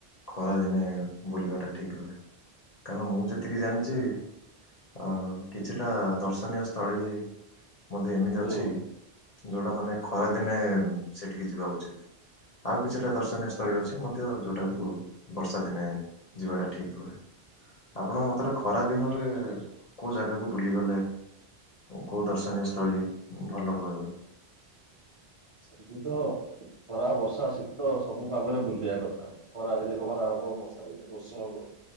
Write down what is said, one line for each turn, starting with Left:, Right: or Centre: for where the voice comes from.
Left: ଖରାଦିନେ ବୁଲିବା ଟା ଠିକ୍ ରୁହେ କାରଣ ମୁଁ ଯେତିକି ଜାଣିଛି ଅ କିଛିଟା ଦର୍ଶନୀୟ ସ୍ଥଳୀ ବୋଧେ ଏମିତି
Right: ହୁଁ
Left: ଅଛି ଯୋଉଟା ମାନେ ଖରା ଦିନେ ସେଠିକି ଯିବା ଉଚିତ୍। ଆଉ କିଛିଟା ଦର୍ଶନୀୟ ସ୍ଥଳୀ ଅଛି ମଧ୍ୟ ଯୋଉଟାକୁ ବର୍ଷା ଦିନେ ଯିବାଟା ଠିକ୍ ରୁହେ। ଆପଣ ମତରେ ଖରା ଦିନରେ କୋଉ ଜାଗାକୁ ବୁଲିଗଲେ କୋଉ ଦର୍ଶନୀୟ ସ୍ଥଳୀ ଭଲ ରହିବ?
Right: ସେମିତି ତ ଖରା ବର୍ଷା ଶୀତ ସବୁ ପାଗରେ ବୁଲିବା କଥା। ଖରା ଦିନେ ଖାରା ହବ ବର୍ଷା ଦିନେ ବର୍ଷା ହବ